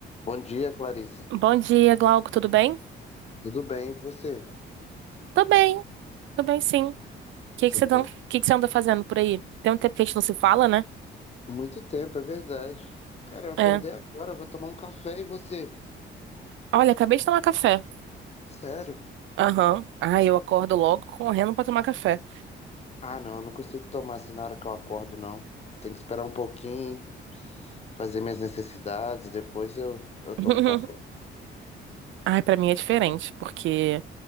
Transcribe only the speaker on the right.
Bom dia, Glauco, tudo bem?
Tô bem, tô bem sim. O que
que você tá-
que que você anda fazendo por aí? Tem um tempo que a gente não se fala, né?
É.
Olha, acabei de tomar café.
Aham. Ah, eu acordo logo correndo pra tomar café.
<laughs>
Ai, pra mim é diferente, porque